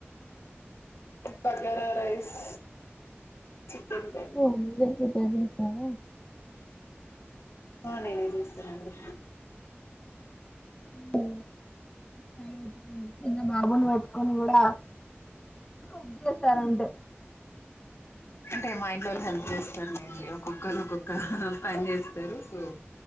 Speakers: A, on the left; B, on the left.
A: bagara rice chicken
B: <unintelligible>
A: curry
B: hello మీరే ప్రిపేర్ చేసార?
A: అ నేనే జేస్తనండి
B: అమ్మో చాలా ఓపిక చిన్న బాబుని వెట్టుకొని గూడా కుక్ జేసారంటే
A: అంటే మా ఇంట్లోల్లు హెల్ప్ జేస్తార్లేండి ఒక్కొక్కలు ఒక్కొక్క హా పన్జేస్తరు సో